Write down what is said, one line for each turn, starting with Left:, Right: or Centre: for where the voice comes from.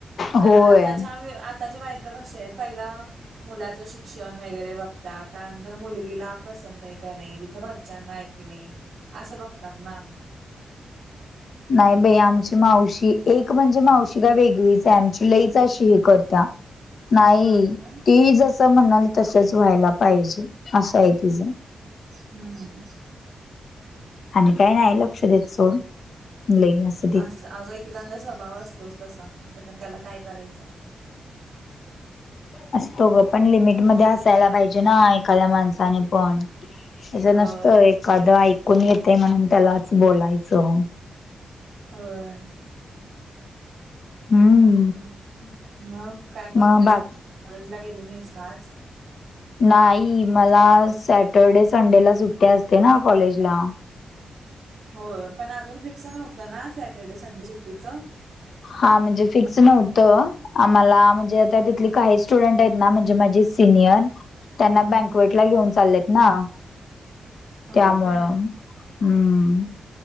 Right: कारण
Left: होय
Right: आताच्या ताच्या बायका कश्यात आहेत पहिला मुलाचं शिक्षण वगैरे बघतात त्यानंतर मुलगीला पसंत आहे काय नाही तिच्या घरच्यांना कि नाही असं बघतात ना.
Left: नाही बाई आमची मावशी एक म्हणजे मावशी काय वेगळीच आहे आमची लईच अशी हे करत्या. <inaudible> नाही
Right: होय का
Left: ती जस म्हणाल तसच व्हायला असं आहे तिचं.
Right: हम्म.
Left: आम्ही काय नाही लक्ष देत सोड लई अस
Right: असं अगं एकेकांचा स्वभाव असतोच तसा आता त्याला काय करायचं.
Left: असतो ग पण लिमिट मध्ये असायला पाहिजे ना एखाद्या माणसाने पण. असं
Right: होय
Left: नसतं एखादं ऐकून येते म्हणून त्यालाच बोलायचं.
Right: होय.
Left: हम्म.
Right: हम् मग काय करतेस
Left: मग बा
Right: आणि कॉलेज ला गेली नाहीस का आज?
Left: नाही मला सॅटरडे संडेला सुट्टी असते ना कॉलेजला.
Right: हो पण अजून फिक्स नव्हतं ना सॅटर्डे संडे सुट्टीचं.
Left: हा म्हणजे फिक्स नव्हतं. आम्हाला म्हणजे आता तिथली काही स्टुडंट आहेत ना, म्हणजे माझे सिनियर. त्यांना
Right: हम्म
Left: बँकवेटला घेऊन चाललेत ना.
Right: होय
Left: त्यामुळं
Right: काय
Left: हम्म.